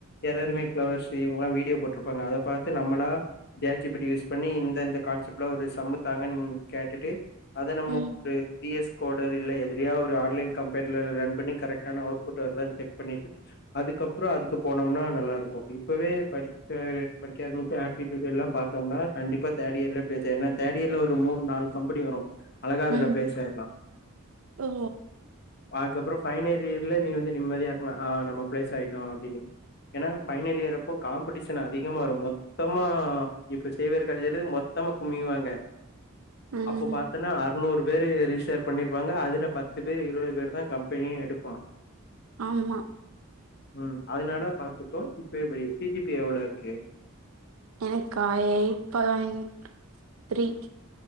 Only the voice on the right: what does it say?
ம்
ம்
ஓ
ம்
ஆமா
எனக்கா எயிட் பாயிண்ட் த்ரீ